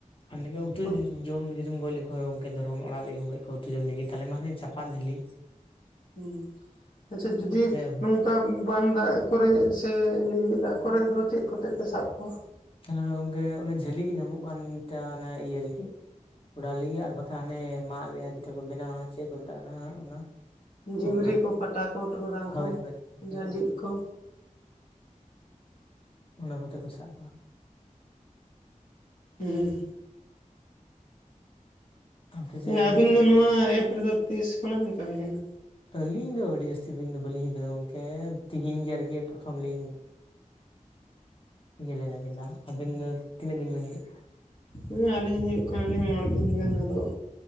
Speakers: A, on the left (about 40°); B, on the left (about 75°).
A: ᱟᱨ ᱱᱤᱠᱟᱹ ᱩᱛᱩ
B: ᱦᱳᱭ
A: ᱡᱚᱢ ᱡᱤ ᱡᱩᱢ ᱜᱚᱡ ᱞᱮᱠᱚ ᱦᱚᱭ ᱜᱚᱝᱠᱮ ᱫᱚᱨᱦᱚᱢ ᱚᱲᱟᱜ ᱞᱟᱹᱜᱤᱫ ᱜᱚᱡ ᱠᱩ ᱩᱛᱩ ᱡᱚᱢ ᱞᱟᱹᱜᱤᱫ ᱛᱟᱦᱞᱮ ᱢᱟ ᱦᱟᱱᱮ ᱪᱟᱯᱟᱫ ᱫᱷᱟᱹᱞᱤ
B: ᱦᱩᱸ ᱟᱪᱪᱷᱟ ᱡᱩᱫᱤ
A: ᱚᱱᱟ
B: ᱱᱚᱝᱠᱟ ᱵᱟᱱ ᱫᱟᱜ ᱠᱚᱨᱮ ᱥᱮ ᱞᱤᱸᱡᱤ ᱫᱟᱜ ᱠᱚᱨᱮ ᱫᱚ ᱪᱮᱫ ᱠᱚᱛᱮ ᱯᱮ ᱥᱟᱵ ᱠᱚᱣᱟ
A: ᱛᱟᱦᱞᱮ ᱜᱚᱝᱠᱮ ᱚᱱᱮ ᱡᱷᱟᱹᱞᱤ ᱜᱮ ᱧᱟᱢᱚᱜ ᱠᱟᱱ ᱛᱮᱭᱟ ᱚᱱᱟ ᱤᱭᱟᱹ ᱨᱮᱜᱮ ᱚᱰᱟᱣ ᱞᱮᱜᱤᱭᱟ ᱟᱨ ᱵᱟᱠᱷᱟᱱ ᱦᱟᱱᱮ ᱢᱟᱫ ᱨᱮᱭᱟᱜ ᱡᱮᱴᱷᱟᱹ ᱠᱚ ᱵᱮᱱᱟᱣᱟ ᱪᱮᱫ ᱠᱚ ᱢᱮᱛᱟᱜ ᱠᱟᱱᱟ ᱦᱟᱜ ᱚᱱᱟ ᱛᱳ
B: ᱡᱤᱢᱨᱤ
A: ᱚᱱᱟ
B: ᱠᱚ ᱯᱟᱴᱟ ᱠᱚ ᱴᱚᱨᱚᱰᱟᱝ
A: ᱦᱳᱭ
B: ᱠᱚ
A: ᱦᱳᱭ ᱦᱳᱭ
B: ᱡᱟᱸᱡᱤᱫ
A: ᱚᱱᱟ ᱠᱚᱜᱮ
B: ᱠᱚ
A: ᱚᱱᱟ ᱠᱚᱛᱮ ᱠᱚ ᱥᱟᱵ ᱠᱚᱣᱟ
B: ᱩᱸ
A: ᱟᱯᱮ ᱥᱮᱫ
B: ᱦᱮᱸ ᱟᱹᱵᱤᱱ ᱫᱚ ᱱᱚᱣᱟ ᱮᱯ ᱨᱮᱫᱚ ᱛᱤᱥ ᱠᱷᱚᱱᱟᱜ ᱵᱤᱱ ᱠᱟᱹᱢᱤ ᱠᱟᱱᱟ
A: ᱟᱹᱞᱤᱧ ᱫᱚ ᱟᱹᱰᱤ ᱡᱟᱹᱥᱛᱤ ᱫᱤᱱ ᱫᱚ ᱵᱟᱹᱞᱤᱧ ᱦᱩᱭ ᱟᱠᱟᱱᱟ ᱜᱚᱝᱠᱮ ᱛᱮᱦᱤᱧ ᱜᱮ ᱟᱨᱠᱤ ᱯᱨᱚᱛᱷᱚᱢ ᱞᱤᱧ ᱤᱭᱟᱹ ᱞᱮᱜᱟ ᱠᱮᱫᱟ ᱟᱵᱤᱱ ᱫᱚ ᱛᱤᱱᱟᱹᱜ ᱫᱤᱱ ᱵᱤᱱ ᱦᱩᱭᱩᱜ ᱠᱟᱱᱟ
B: ᱦᱮᱸ ᱦᱩᱭᱩᱜ ᱟᱹᱞᱤᱧ ᱢᱚᱬᱮ ᱫᱤᱱ ᱜᱟᱱ ᱟᱫᱚ